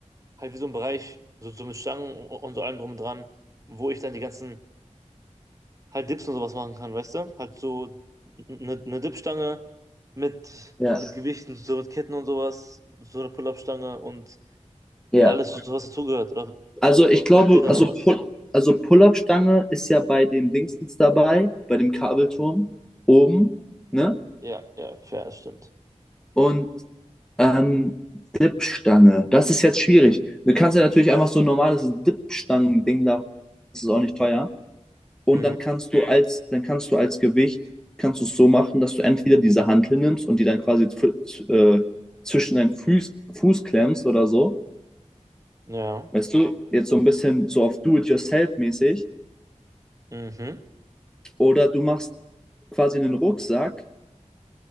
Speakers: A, on the right; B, in the centre.
A: halt wie so ein Bereich, so, so mit Stangen und, und so allem drum und dran, wo ich dann die ganzen halt Dips und sowas machen kann, weißt du? Halt so eine ne Dipstange mit,
B: Ja,
A: mit Gewichten, so mit Ketten und sowas, so eine Pull-up-Stange und
B: ja.
A: halt alles, so was dazugehört. Oder,
B: Also ich glaube,
A: oder fehlt da
B: also,
A: noch was?
B: Pull, also Pull-Up-Stange ist ja bei dem Dingstens dabei, bei dem Kabelturm oben, ne?
A: Ja, ja, fair, das stimmt.
B: Und Ähm, Dipstange. Das ist jetzt schwierig. Du kannst ja natürlich einfach so ein normales Dipstangen-Ding da. Das ist auch nicht teuer. Und
A: Mhm.
B: dann kannst du als, dann kannst du als Gewicht, kannst du es so machen, dass du entweder diese Hantel nimmst und die dann quasi zw- z- äh, zwischen deinen Fuß, Fuß klemmst oder so.
A: Ja.
B: Weißt du, jetzt so ein bisschen so auf Do-it-yourself-mäßig.
A: Mhm.
B: Oder du machst quasi einen Rucksack